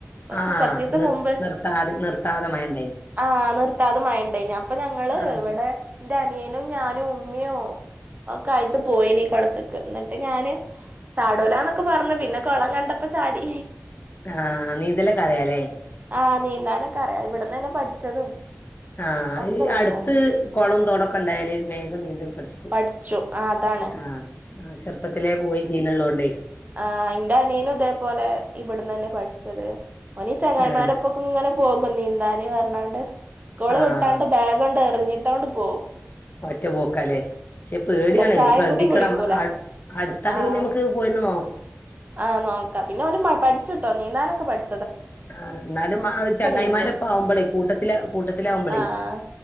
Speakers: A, on the right; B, on the left.
A: കൊർച്
B: ആ
A: കൊർച്ചീസം
B: നിർ
A: മുമ്പ്
B: നിർത്താതെ നിർത്താതെ മഴ ഉണ്ടായിന്
A: ആഹ് നിർത്താതെ മഴയിണ്ടേനു അപ്പൊ ഞങ്ങള്
B: ആ
A: വടെ എന്റെ അനിയനും ഞാനും ഉമ്മിയും ഒക്കെ ആയിട്ട് പോയിന് കൊളത്ക്ക് ന്നട്ട് ട്ട് ഞാന് ചാടുലാന്നൊക്കെ പർഞ് പിന്നെ കൊളം കണ്ടപ്പോ ചാടി
B: ആഹ് നീന്തലൊക്കെ അറിയാല്ലേ
A: ആഹ് നീന്താനൊക്കെ അറിയാം ഇവിടന്നന്നെ പഠിച്ചതും
B: ആഹ്
A: ഒക്കെ ഇവിടന്ന്
B: അടുത്ത്
A: തന്നെ
B: കൊളം തോടൊക്കെ ണ്ടായല് വേഗം നീന്തൽ പഠിച്ചും
A: പഠിച്ചു ആ അതാണ്
B: ആഹ് ആ ചെറുപ്പത്തിലേ പോയി ശീലോള്ളോണ്ടേ
A: ആഹ് എന്റെ അനിയനും ഇതേപോലെ ഇവിട്ന്നന്നെ പഠിച്ചത് ഓനീ ചങ്ങായിമാരപ്പൊക്കെ
B: ആ
A: ഇങ്ങനെ പോകും നീന്താന് പർഞ്ഞാണ്ട് സ്കൂള്
B: ആ
A: വിട്ടാണ്ട് ബാഗണ്ട് എറിഞ്ഞിട്ടാണ്ട് പോകും
B: ഒറ്റ പോക്കാല്ലേ ക്ഷെ പേടിയാണ്
A: ചായേം
B: ശ്രദ്ധിക്കണം
A: കൂടിം കുടിക്കൂല
B: അട് അടുത്താണെങ്കി
A: ആഹ്
B: നമുക്ക് പോയി നോ
A: ആഹ് നോക്കാ പിന്നെ ഓൻ പഠിച്ചിട്ടോ നീന്താനൊക്കെ പഠി
B: ആഹ് ന്നാലും ആ ചങ്ങായിമാരോപ്പാവുമ്പളെ
A: നീന്തും
B: കൂട്ടത്തില് കൂട്ടത്തില് ആകുമ്പളേ
A: ആഹ്